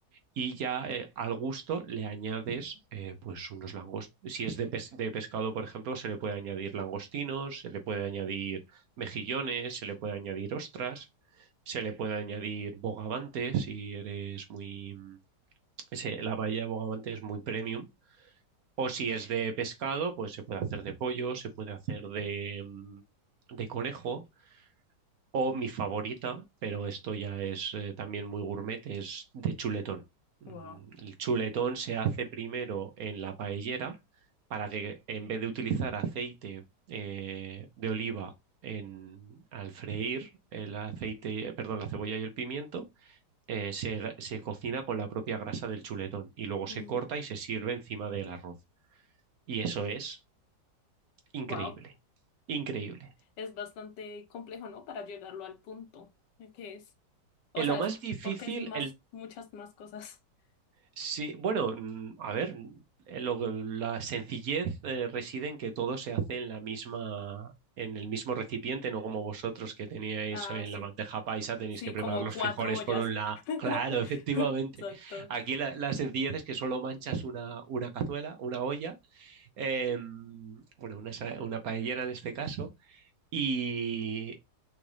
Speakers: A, on the right; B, on the left.
A: y ya eh, al gusto le añades eh, pues unos langostinos. Si es de, pes- de pescado, por ejemplo, se le puede añadir langostinos, se le puede añadir mejillones, se le puede añadir ostras, se le puede añadir bogavante si eres muy... mm, ese- la paella de bogavante es muy premium. O si es de pescado, pues se puede hacer de pollo, se puede hacer de, mm, de conejo. O mi favorita, pero esto ya es eh, también muy gourmet, es de chuletón. Mm,
B: Wow.
A: El chuletón se hace primero en la paellera para que en vez de utilizar aceite eh, de oliva en, al freír el aceite, eh, perdón, la cebolla y el pimiento, eh, se, se cocina con la propia grasa del chuletón y luego se
B: Mm,
A: corta y se sirve encima del arroz. Y eso es increíble,
B: Wow.
A: increíble.
B: es bastante complejo, ¿no? Para llegarlo al punto que es. O
A: En
B: sea,
A: lo más
B: es
A: difícil,
B: porque es más, muchas más cosas. <laughs>
A: Sí, bueno, mm, a ver, eh, lo que- la sencillez eh, reside en que todo se hace en la misma, en el mismo recipiente, no como vosotros que teníais
B: Ah,
A: en
B: sí.
A: la bandeja paisa, tenéis
B: Sí,
A: que preparar
B: como
A: los
B: cuatro
A: frijoles
B: ollas.
A: por un lado.
B: <laughs>
A: <laughs> Claro, efectivamente.
B: Exacto.
A: Aquí la, la sencillez es que solo manchas una, una cazuela, una olla, em, bueno, una, sa- una paellera en este caso, y